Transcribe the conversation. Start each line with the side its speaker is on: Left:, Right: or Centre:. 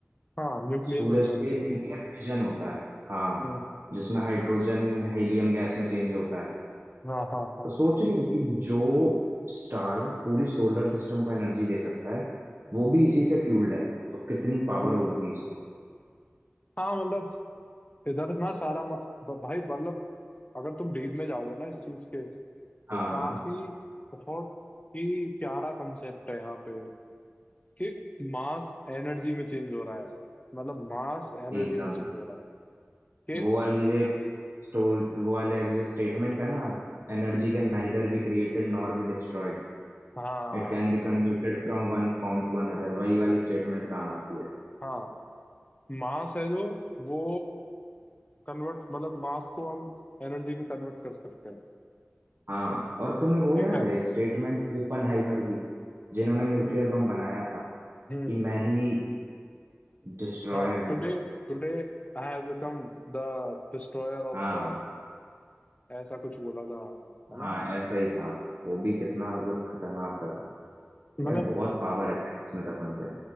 Left: हाँ न्यूक्लियर
Right: सूरज
Left: फिशन
Right: पे
Left: से
Right: न्यूक्लियर फिजन होता है हाँ
Left: हम्म
Right: जिसमें हाइड्रोजन
Left: हम्म
Right: हीलियम गैस में चेंज होता है
Left: हाँ हाँ हाँ
Right: तो सोच रही हो कि जो स्टार पूरी सोलर सिस्टम को एनर्जी दे सकता है वो भी
Left: हम्म,
Right: इसी से फ्यूल्ड है तो कितनी
Left: हम्म।
Right: पावर होगी इसमें
Left: हाँ मतलब इधर ना सारा म- ब- भाई मतलब अगर तुम डीप में जाओगे ना इस चीज के तो
Right: हाँ
Left: काफी
Right: हाँ
Left: बहुत ही प्यारा कंसेप्ट है यहाँ पे कि मास एनर्जी में चेंज हो रहा है मतलब मास एनर्जी
Right: एकदम
Left: में चेंज हो रहा है
Right: वो
Left: कि
Right: वाली जो एक स्टोर वो वाला एक जो स्टेटमेंट है ना energy can neither be created nor be destroyed
Left: हाँ
Right: it can be converted from one form to another वही वाली स्टेटमेंट काम आती है
Left: हाँ मास है जो वो कन्वर्ट मतलब मास को हम एनर्जी में कन्वर्ट कर सकते हैं
Right: हाँ और तुम्हें वो
Left: ठीक
Right: याद
Left: है
Right: है एक स्टेटमेंट ओपनहाइमर की जिन्होंने न्यूक्लियर
Left: हम्म
Right: बम बनाया था
Left: हम्म
Right: कि मैं ही डिस्ट्रॉयर
Left: हाँ
Right: हूँ
Left: Today today I have become the destroyer
Right: हाँ
Left: of the ऐसा कुछ बोला था है
Right: हाँ
Left: ना
Right: ऐसा ही था वो भी कितना मतलब खतरनाक सा था
Left: मतलब
Right: यार बहुत पावर है साइंस में कसम से